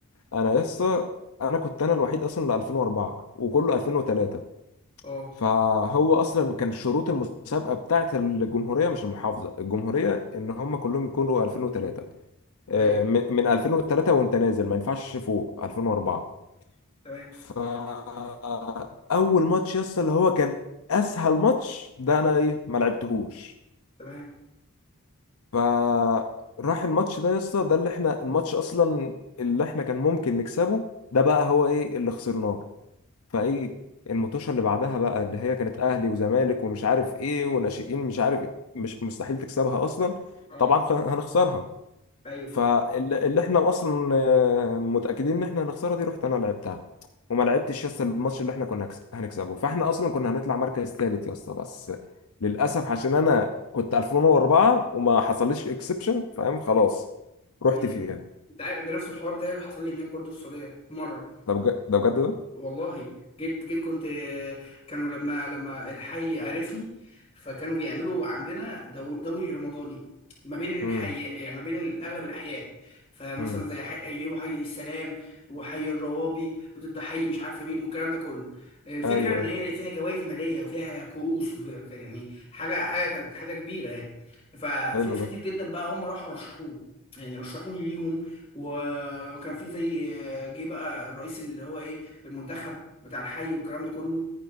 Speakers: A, on the left; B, on the left.
A: انا لسه انا كنت انا الوحيد اصلا ل 2004 وكله 2003
B: اه
A: فهو اصلا كان شروط المسابقه بتاعه الجمهوريه مش المحافظه الجمهوريه ان هم كلهم يكونوا 2003 آه،
B: ايوه
A: من من 2003 وانت نازل ما ينفعش فوق 2004
B: تمام
A: فاول ماتش يس اللي هو كان اسهل ماتش ده انا ايه ما لعبتهوش
B: تمام
A: فراح الماتش ده يس ده اللي احنا الماتش اصلا اللي احنا كان ممكن نكسبه ده بقى هو ايه اللي خسرناه فايه المطوشه اللي بعدها بقى اللي هي كانت اهلي وزمالك ومش عارف ايه وناشئين مش عارف إيه، مش مستحيل تكسبها اصلا
B: اه
A: طبعا خ- هنخسرها
B: ايوه
A: فاللي احنا اصلا آه، متاكدين ان احنا هنخسرها دي رحت انا لعبتها وما لعبتش يس الماتش اللي احنا كنا هنكس- هنكسبه فاحنا اصلا كنا هنطلع مركز ثالث يس بس للاسف عشان انا كنت 2004 وما حصلش اكسبشن فاهم خلاص رحت
B: امم
A: فيها
B: ده ده نفس الحوار بتاعي اللي حصل لي هناك برضو في السعوديه في مره
A: ده بجد ده بجد ده
B: والله جيت جيت كنت كانوا لما لما الحي عرفني فكانوا بيعملوا عندنا دو- دوري رمضاني ما بين
A: امم
B: الحي يعني ما بين اغلب الاحياء فمثلا
A: امم
B: زي حي ايام حي السلام وحي الروابي وضد حي مش عارف مين والكلام ده كله الفكره
A: ايوه
B: ان
A: ايوه
B: هي فيها جوائز ماليه وفيها كؤوس وفيها كان- يعني حاجه حاجه كانت حاجه كبيره يعني ففي
A: حلو
B: ناس كتير
A: ده
B: جدا بقى هم راحوا رشحوه يعني رشحوني ليهم وكان في زي جه بقى الرئيس اللي هو ايه في المنتخب بتاع الحي والكلام ده كله